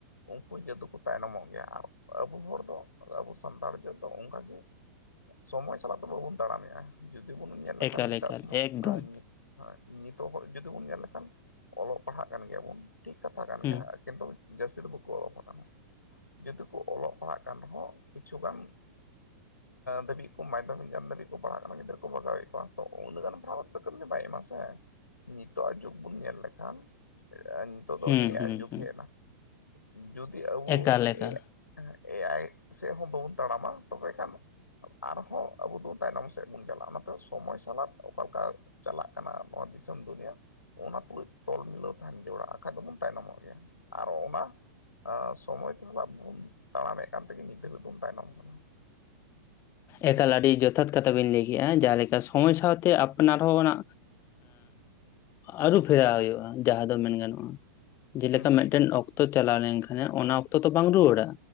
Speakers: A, on the left; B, on the left.
A: ᱩᱱᱠᱩ ᱡᱚᱛᱚ ᱠᱚ ᱛᱟᱭᱱᱚᱢᱚᱜ ᱜᱮᱭᱟ ᱟᱨ ᱟᱵᱚ ᱦᱚᱲ ᱫᱚ ᱟᱫᱚ ᱟᱵᱚ ᱥᱟᱱᱛᱟᱲ ᱡᱟᱹᱛ ᱫᱚ ᱚᱱᱠᱟᱜᱮ, ᱥᱚᱢᱚᱭ ᱥᱟᱞᱟᱜ ᱫᱚ ᱵᱟᱵᱚᱱ ᱛᱟᱲᱟᱢᱮᱜ-ᱟ᱾ ᱡᱩᱫᱤ ᱵᱚᱱ ᱧᱮᱞ ᱞᱮᱠᱷᱟᱱ
B: ᱮᱠᱟᱞ
A: ᱱᱤᱛᱟᱜ
B: ᱮᱠᱟᱞ
A: ᱥᱚᱢᱚᱭ
B: ᱮᱠᱫᱚᱢ
A: ᱟᱸ ᱱᱤᱛᱚᱜ ᱡᱩᱫᱤ ᱵᱚᱱ ᱧᱮᱞ ᱞᱮᱠᱷᱟᱱ ᱚᱞᱚᱜ ᱯᱟᱲᱦᱟᱜ ᱠᱟᱱ ᱜᱮᱭᱟᱵᱚᱱ ᱴᱷᱤᱠ ᱠᱟᱛᱷᱟ ᱠᱟᱱ
B: ᱦᱩᱸ
A: ᱜᱮᱭᱟ᱾ ᱠᱤᱱᱛᱩ ᱡᱟᱹᱥᱛᱤ ᱫᱚ ᱵᱟᱠᱚ ᱚᱞᱚᱜ ᱯᱟᱲᱦᱟᱜ ᱠᱟᱱᱟ᱾ ᱡᱚᱫᱤ ᱠᱚ ᱚᱞᱚᱜ ᱯᱟᱲᱦᱟᱜ ᱠᱟᱱ ᱨᱮᱦᱚᱸ ᱠᱤᱪᱷᱩᱜᱟᱱ ᱫᱷᱟᱹᱵᱤᱡ ᱠᱚ ᱢᱟᱫᱽᱫᱷᱚᱢᱤᱠ ᱜᱮᱭᱟᱱ ᱫᱷᱟᱹᱵᱤᱡ ᱠᱚ ᱯᱟᱲᱦᱟᱜ ᱠᱟᱱᱟ ᱜᱤᱫᱽᱨᱟᱹ ᱠᱚ ᱵᱟᱜᱟᱣᱮᱫ ᱠᱚᱣᱟ ᱛᱚ ᱩᱱᱟᱹᱜ ᱜᱟᱱ ᱯᱟᱲᱦᱟᱣᱛᱮᱫ ᱠᱟᱹᱢᱤ ᱵᱟᱭ ᱮᱢᱟ ᱥᱮ ᱥᱮ ᱱᱤᱛᱚᱜ ᱟᱜ ᱡᱩᱜᱽ ᱵᱚᱱ ᱧᱮᱞ ᱞᱮᱠᱷᱟᱱ ᱱᱤᱛᱚᱜ ᱫᱚ
B: ᱦᱩᱸ
A: ᱮ
B: ᱦᱩᱸ
A: ᱟᱭ ᱡᱩᱜᱽ
B: ᱦᱩᱸ
A: ᱦᱮᱡ ᱮᱱᱟ ᱡᱩᱫᱤ ᱟᱵᱚ
B: ᱮᱠᱟᱞ
A: ᱛᱮ
B: ᱮᱠᱟᱞ
A: ᱮ ᱟᱭ ᱥᱮᱫ ᱦᱚᱸ ᱵᱟᱵᱚᱱ ᱛᱟᱲᱟᱢᱟ ᱛᱚᱵᱮ ᱠᱷᱟᱱ ᱟᱨᱦᱚᱸ ᱟᱵᱚ ᱫᱚ ᱛᱟᱭᱱᱚᱢ ᱥᱮᱫ ᱵᱚᱱ ᱪᱟᱞᱟᱜᱼᱟ ᱚᱱᱟᱛᱮ ᱥᱚᱢᱚᱭ ᱥᱟᱞᱟᱜ ᱚᱠᱟ ᱞᱮᱠᱟ ᱪᱟᱞᱟᱜ ᱠᱟᱱᱟ ᱱᱚᱣᱟ ᱫᱤᱥᱚᱢ ᱫᱩᱱᱤᱭᱟᱹ ᱚᱱᱟ ᱛᱩᱞᱩᱡ ᱛᱚᱞ ᱢᱤᱞᱟᱹᱣ ᱛᱟᱦᱮᱱ ᱡᱚᱲᱟᱜ ᱵᱟᱠᱷᱟᱡ ᱫᱚᱵᱚᱱ ᱛᱟᱭᱱᱚᱢᱚᱜ ᱜᱮᱭᱟ ᱟᱨ ᱚᱱᱟ ᱥᱚᱢᱚᱭ ᱛᱮ ᱦᱟᱸᱜ ᱵᱦᱩᱞ ᱛᱟᱲᱟᱢᱮᱫ ᱠᱟᱱ ᱛᱮᱜᱮ ᱱᱤᱛ ᱫᱷᱟᱹᱵᱤᱡ ᱵᱚᱱ ᱛᱟᱭᱱᱚᱢ ᱠᱟᱱᱟ ᱦᱩᱸ
B: ᱮᱠᱟᱞᱟ ᱟᱹᱰᱤ ᱡᱚᱛ ᱡᱚᱛᱷᱟᱛ ᱠᱟᱛᱷᱟ ᱵᱮᱤᱱ ᱞᱟᱹᱭ ᱠᱮᱫᱮᱜᱼᱟ ᱡᱟᱦᱟᱸᱞᱮᱠᱟ ᱥᱚᱢᱚᱭ ᱥᱟᱶᱛᱮ ᱟᱯᱱᱟᱨ ᱦᱚᱸ ᱚᱱᱟ ᱟᱹᱨᱩ ᱯᱷᱮᱨᱟᱣ ᱦᱩᱭᱩᱜᱼᱟ ᱡᱟᱦᱟᱸ ᱫᱚ ᱢᱮᱱ ᱜᱟᱱᱚᱜᱼᱟ ᱡᱮᱞᱮᱠᱟ
A: ᱦᱩᱸ
B: ᱢᱤᱫᱴᱮᱱ ᱚᱠᱛᱚ ᱪᱟᱞᱟᱣ ᱞᱮᱱᱠᱷᱟᱱ ᱚᱱᱟ ᱚᱠᱛᱚ ᱛᱚ ᱵᱟᱝ ᱨᱩᱣᱟᱹᱲᱟ